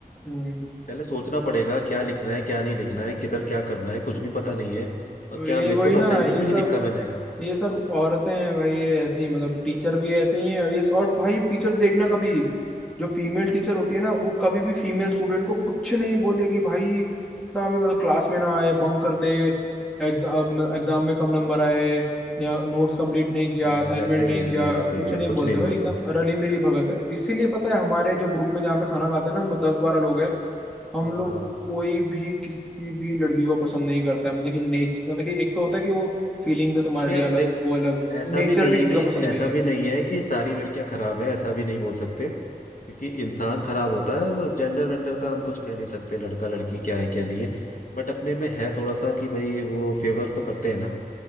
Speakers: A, in the centre; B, on the left (about 60°).
A: हम्म
B: पहले सोचना पड़ेगा क्या लिखना है क्या नहीं लिखना है किधर क्या करना है कुछ भी पता नहीं है और
A: तो
B: क्या
A: ये
B: मेरे
A: वही
B: को तो
A: ना
B: असाइनमेंट
A: ये
B: भी नहीं
A: सब
B: लिखा मैंने
A: ये सब औरतें हैं भाई ये ऐसी हैं मतलब टीचर भी ऐसे ही हैं और ये और भाई टीचर देखना कभी जो फीमेल टीचर होती है ना वो कभी भी फीमेल स्टूडेंट को कुछ नहीं बोलेगी भाई इतना भी मतलब क्लास में ना आए बंक कर दे एग्जाम एग्जाम में कम नंबर आए या नोट्स कंप्लीट नहीं किया
B: अरे यार
A: असाइनमेंट
B: ऐसा ही
A: नहीं
B: है
A: किया
B: सब ऐसा
A: कुछ
B: ही है
A: नहीं
B: कुछ
A: बोलते
B: नहीं बोल
A: भाई एकदम
B: सकते
A: रली मिली भगत है इसीलिए पता है हमारे जो ग्रुप में जहाँ पे खाना खाते हैं ना हम लोग दस बारह लोग हैं हम
B: हाँ
A: लोग
B: हाँ
A: कोई भी किसी भी लड़की को पसंद नहीं करता है मतलब कि नेच मतलब कि एक तो होता है कि वो फीलिंग्स है तुम्हारे
B: अब यार
A: लिए अलग
B: देख
A: वो अलग
B: ऐसा
A: नेचर
B: भी नहीं
A: भी
B: है
A: किसी
B: कि
A: का पसंद
B: ऐसा
A: नहीं
B: भी
A: है
B: नहीं है कि सारी लड़कियां खराब है ऐसा भी नहीं बोल सकते क्योंकि इंसान खराब होता है जेंडर वेंडर का हम कुछ कह नहीं सकते लड़का लड़की क्या है क्या नहीं है बट अपने में है थोड़ा सा कि भाई वो फेवर तो करते हैं ना